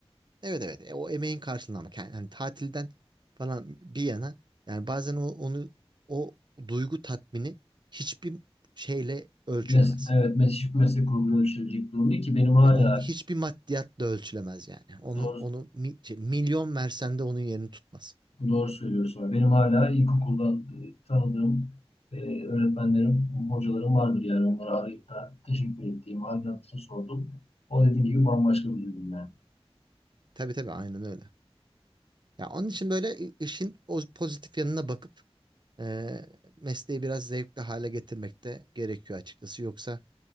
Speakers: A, on the right; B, on the left.
A: Evet evet E, o emeğin karşılığını ama yani, hani tatilden falan bir yana yani bazen o, onu o duygu tatmini hiçbir şeyle ölçülemez.
B: Mes evet, mes hiçbir meslek grubuna yöneltilecek durum ki benim hala
A: Ve o hiçbir maddiyatla ölçülemez yani. Onun
B: doğru,
A: onu mi- şey, milyon versen de onun yerini tutmaz.
B: doğru söylüyorsun. Benim hala ilkokuldan e, tanıdığım e, öğretmenlerim, hocalarım vardır yani. Onları arayıp da teşekkür ettiğim, halini hatırını sordum. O dediğin gibi bambaşka bir durum yani.
A: Tabii tabii aynen öyle. Ya onun için böyle i- işin o pozitif yanına bakıp e, mesleği biraz zevkli hale getirmek de gerekiyor açıkçası. Yoksa